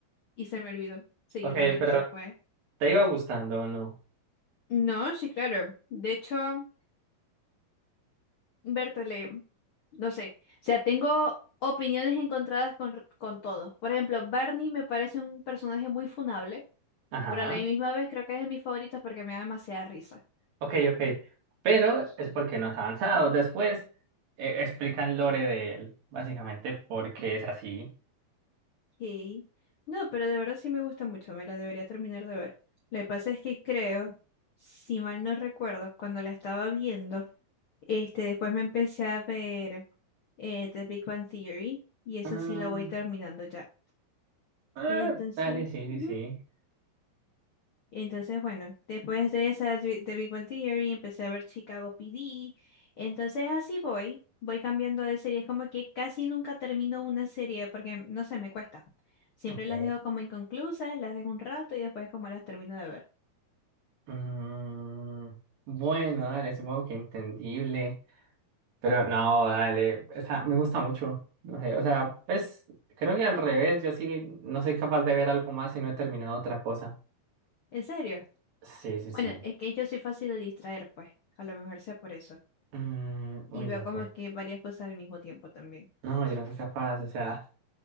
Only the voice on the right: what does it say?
Ok,
pero
¿te iba gustando o no?
Ajá,
ok, ok. Pero es porque no has avanzado. Después eh, explican lore de él, básicamente porque es así.
Mm,
ah,
dale, sí, sí,
sí.
Ok.
Mm, bueno, dale, supongo que entendible. Pero no, dale, o sea, me gusta mucho. No sé, o sea, pues creo que al revés, yo sí no soy capaz de ver algo más si no he terminado otra cosa.
Sí, sí, sí.
Mm,
uy,
no
sé.
No, yo no soy capaz, o sea,